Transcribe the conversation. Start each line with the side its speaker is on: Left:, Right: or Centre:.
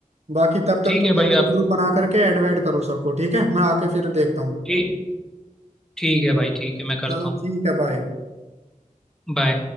Right: बाकी तब तक
Centre: ठीक
Right: तुम
Centre: है
Right: ये
Centre: भाई
Right: ग्रुप
Centre: आप
Right: ग्रुप बना करके ऐड वैड करो सबको ठीक है मैं आके फिर देखता हूँ
Centre: ठीक ठीक है भाई ठीक है मैं करता
Right: चलो
Centre: हूँ
Right: ठीक है बाय
Centre: बाय